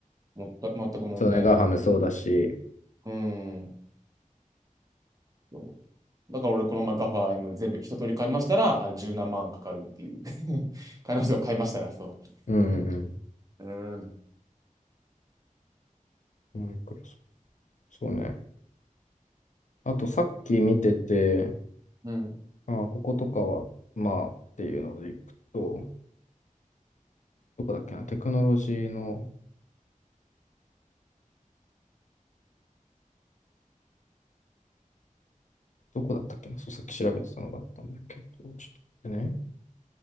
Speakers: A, on the right; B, on the left.
A: もった、全く問題ない。
B: そうね、ガファムそうだし、
A: うん。そうだから俺、この前ガファエ m 全部一通り買いましたら、あれ十何万かかるっていう。<laughs> 買いますよ、買いましたら、そ
B: うんうん
A: う。うん。
B: うん。もう一個そうね。あとさっき見てて、
A: うん。
B: あこことかは、まあっていうのでいくと、どこだっけな、テクノロジーの、どこだったっけな、そう、さっき調べてたのがあったんだけど、ちょっと待ってね、